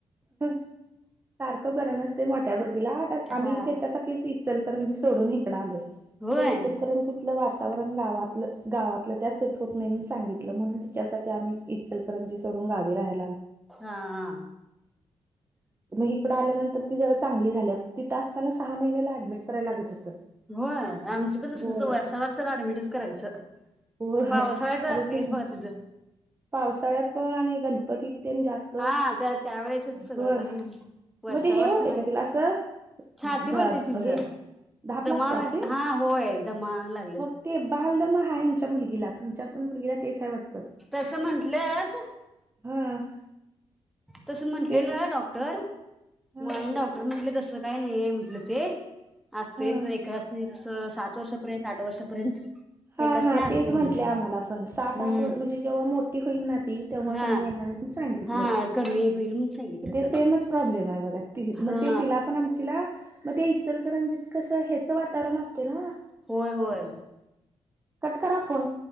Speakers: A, on the right; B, in the centre.
A: सारखं बरं नसतेये मोठ्या पुरगीला, तर
B: हा
A: आम्ही त्याच्यासाठीच ईचाल खर म्हजी सोडून इकडं आलोय,
B: होय
A: तिला इचलकरंजीतल वातावरण, गावात तिला गावातलं त्या, सुट होत नाही म्हणून सांगितलं, म्हणून तिच्यासाठी आम्ही इचलकरंजी सोडून गावी राहला
B: हा हा.
A: मह इकडं आल्यानंतर ती जरा चांगली झालीया, तिथं असताना सहा महिन्याला ऍडमिट करायला लागत होतं.
B: होय, आमची पण तसच,
A: होय
B: वर्षा वर्षला ऍडमिटच करायचं.
A: होय
B: पावसाळ्यात
A: आता
B: असतेच
A: ते
B: बा तिच.
A: पावसाळ्यात पण, आणि गणपतीत तेन जास्त
B: हा त्या त्या त्यावेेळेसच सगळं,
A: हो
B: वर्षा
A: मग ते हे
B: वर्षा
A: होतय
B: आहेच,
A: का तिला असं
B: छाती भरते
A: ध
B: तिच,
A: हे धाप
B: दमा
A: लागते
B: होयल,
A: असे
B: हा. हा होय दमा आलात.
A: मग ते बालदम हाये आमच्या मुलगीला, तुमच्या पण मुलगीला तेच आहे वाटतं.
B: तसं म्हंटलं
A: हा
B: तसं म्हटलेलं
A: ते
B: डॉक्टर,
A: हा
B: मुलानी डॉक्टर म्हटले तसं काय नाहीय म्हंटलं ते. असते
A: हा
B: एकासनी जसं सात वर्षापर्यंत, आठ वर्षापर्यंत,
A: हा
B: एकासनी
A: हा
B: असतंय
A: तेच म्हटले आम्हाला पण, सात
B: हम्म
A: आठ वर म्हणजे जेव्हा मोठी होईल ना ती तेव्हा
B: हा
A: कमी येणार, म्हणून सांगेल.
B: हा कमी होईल म्हणून सांगितलं
A: ते
B: तर
A: सेमच प्रॉब्लेम आहे बघा, ती
B: हा
A: ते तिला. पण आमचीला मग ते इचलकरंजत कसं, हेच वातावरण असते ना.
B: होय होय.
A: कट करा फोन.